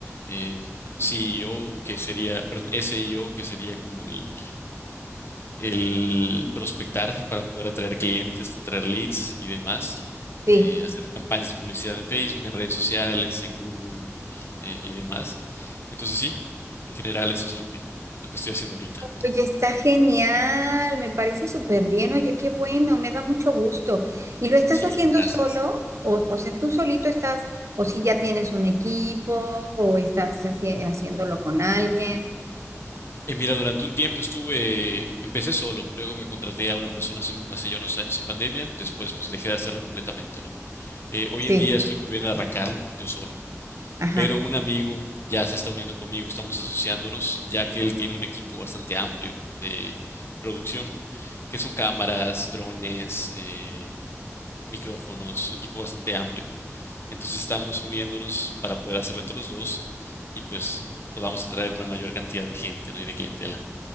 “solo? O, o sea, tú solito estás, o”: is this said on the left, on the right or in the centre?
Right